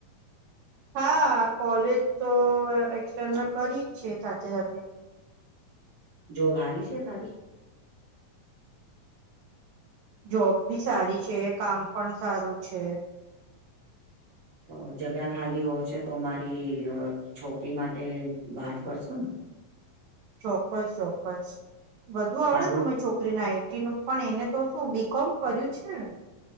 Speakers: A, on the right (about 85°); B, on the right (about 60°).
A: હા કોલેજ તો એક્સન્ કરી જ છે સાથે સાથે
B: જો ભારી છે તારી
A: જોબ ભી સારી છે કામ પણ સારું છે
B: તો જગા ખાલી હોશે તો મારી છોકરી માટે વાત કરશો ને <inaudible>
A: ચોક્કસ ચોક્કસ બધુ આવડે
B: સારું
A: તમે છોકરી ના આઈટી નું પણ એને તો શું બીકોમ કર્યું છે ને